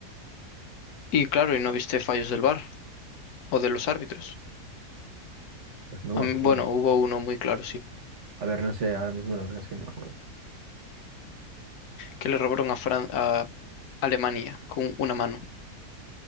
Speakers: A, on the left (about 75°); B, on the right (about 50°).
A: Y claro, y no viste fallos del VAR o de los árbitros.
B: Pues no
A: A
B: me
A: mí-
B: acuerdo.
A: bueno, hubo uno muy claro, sí,
B: A ver, no sé, ahora mismo la verdad es que no me acuerdo.
A: que le robaron a, Fran- a Alemania con una mano.